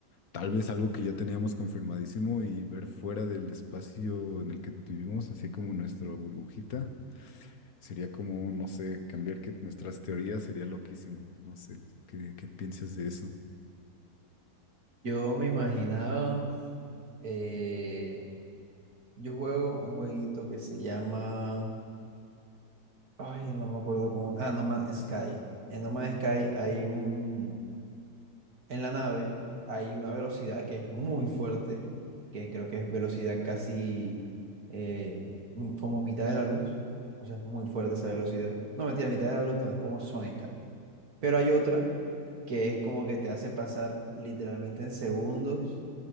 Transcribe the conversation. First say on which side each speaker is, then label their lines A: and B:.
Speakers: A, on the left; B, on the right.
A: tal vez algo que ya teníamos confirmadísimo y ver fuera del espacio en el que vivimos, así como nuestra burbujita, sería como, no sé, cambiar que nuestras teorías sería loquísimo. No sé, ¿qué, qué piensas de eso?
B: Yo me imaginaba, eh, yo juego un jueguito que se llama, ay, no me acuerdo cómo, ah, No Man's Sky. En No Man's Sky hay un, en la nave hay una velocidad que es muy fuerte, que creo que es velocidad casi eh, m- como mitad de la luz. O sea, es muy fuerte esa velocidad. No, mentira, mitad de la luz no, es como sónica. Pero hay otra que es como que te hace pasar literalmente en segundos